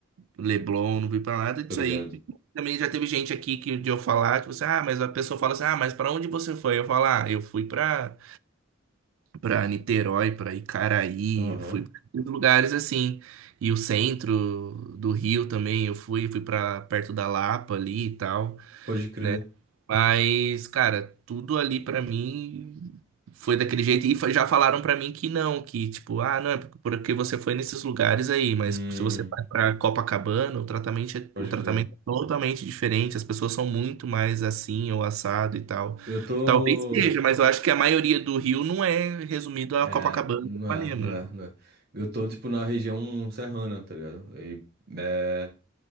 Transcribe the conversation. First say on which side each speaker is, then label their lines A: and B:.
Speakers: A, on the right (about 75°); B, on the right (about 50°).
A: Leblon, não fui pra nada disso
B: tô ligado.
A: aí. Também já teve gente aqui que de eu falar, tipo assim, ah, mas a pessoa fala assim, ah, mas pra onde você foi? Eu falo, ah, eu fui pra, pra Niterói, pra Icaraí,
B: Aham,
A: eu fui pra esses lugares assim. E o centro do Rio também, eu fui, fui pra perto da Lapa ali e tal,
B: pode crer.
A: né? Mas, cara, tudo ali pra mim foi daquele jeito. E fa- já falaram pra mim que não, que tipo, ah, não, é por- porque você foi nesses lugares aí, mas
B: Hum,
A: se você vai pra Copacabana, o tratamento é,
B: pode
A: o tratamento
B: crer.
A: é totalmente diferente. As pessoas são muito mais assim ou assado e tal.
B: Eu tô.
A: Talvez seja, mas eu acho que a maioria do Rio não é resumido a
B: É,
A: Copacabana
B: não
A: e Ipanema.
B: é, não é, não é. Eu tô, tipo, na região serrana, tá ligado? E, é,